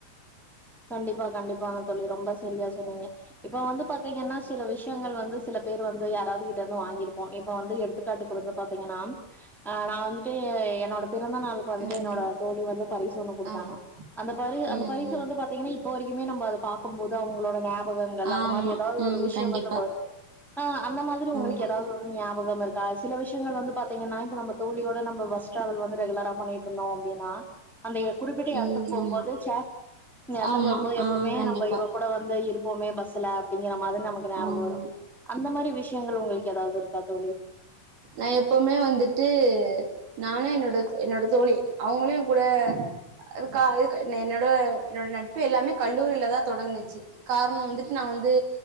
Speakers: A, in the centre; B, on the right.
A: கண்டிப்பா கண்டிப்பாங்க தோழி ரொம்ப சரியா சொன்னீங்க இப்ப வந்து பாத்தீங்கன்னா சில விஷயங்கள் வந்து சில பேர் வந்து யாராவது கிட்ட இருந்து வாங்கியிருப்போ இப்ப வந்து எடுத்துக்காட்டுக்கு வந்து பாத்தீங்கன் னாம் ஆ நா வந்துட்டு என்னோட பிறந்த நாளுக்கு வந்துட்டு
B: ம்
A: என்னோட தோழி வந்து பரிசு ஒண்ணு குடுத்தாங்க
B: ஆமா
A: அந்த பரி அந்த
B: ம்
A: பரிசு
B: ம்
A: வந்து பாத் தேங்கே இப்போ வரைக்குமே நம்ம அத பாக்கும் போது அவுங்களோட ஞாபகங்கள் அந்த
B: ஆமா
A: மாரி ஏதாவது
B: ம்
A: ஒரு விஷ்யோ
B: கண்டிப்பா
A: வந்து வரு ஆ அந்த மாரி உங்களுக்கு
B: ஆமா
A: ஏதாவது ஒரு ஞாபகமிருக்கா சில விஷ்யங்கள் வந்து பாத் பாத்தீங்ன்னா இப்ப நம்ம தோழியோட நம்ம பஸ் டிராவல் வந்து ரெகுலரா பண்ணிட்டுருந்தோ அப்டின்னா அந்த ஏ குறிப்பிட்ட
B: ம்
A: எடத்துக்கு போம்போது
B: ஆமா
A: ச்ச இந்த எடத்துக்கு
B: ஆமா
A: வரும்போது எப்பவுமே
B: ஆ கண்டிப்பா
A: நம்ப இவ கூட வந்து போயிருப்போமே பஸ்ல அப்டிங்கிற மாரி நமக்கு ஞாபகோ
B: ஆமா
A: வரு அந்த மாரி விஷ்யங்கள் உங்களுக்கு ஏதாவது இருக்கா தோழி
B: நா எப்பவுமே வந்துட்டு நானு என்னோட என்னோட தோழி அவுங்களையு கூட அதுக்கா அதுக்கு என்னை என்னோட நட்பு எல்லாமே கல்லூரியிலதா தொடங்கனுச்சு காரணோ வந்துட்டு நா வந்து